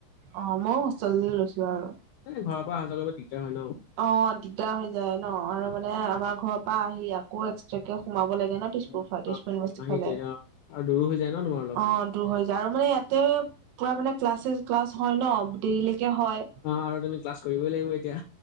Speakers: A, on the right; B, on the left.
A: অ ম ও হোষ্টেল লৈ লৈছো আৰু
B: এ ঘৰৰ পৰা আহা যোৱা কৰিব দিগদাৰ হয় ন
A: অ দিগদাৰ হৈ যায় ন আৰু মানে আমাৰ ঘৰৰ পৰা আহি আকৌ এক্সট্ৰাকে সোমাব লাগে ন <unintelligible>
B: অ', অ, সেইটোৱে অ', আৰু দূৰো হৈ যায় ন তোমাৰ অলপ
A: দুৰ হৈ যায় আৰু মানে ইয়াতে পুৰা মানে ক্লাছেছ ক্লাছ হয় ন দেৰিলৈকে হয়
B: অ আৰু তুমি ক্লাছ কৰিবই লাগিব এতিয়া